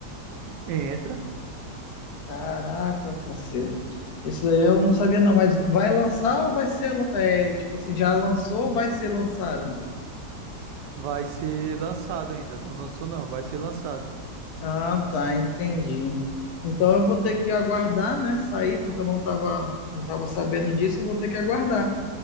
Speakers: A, on the right; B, on the left.
A: Entra,
B: Caraca, parceiro. Isso aí eu não sabia não, mas vai lançar ou vai ser, é, tipo assim, já lançou ou vai ser lançado?
A: vai ser lançado ainda. Não lançou, não, vai ser lançado.
B: Ah, tá, entendi. Então eu vou ter que aguardar, né, sair, porque eu não tava, não tava sabendo disso, eu vou ter que aguardar.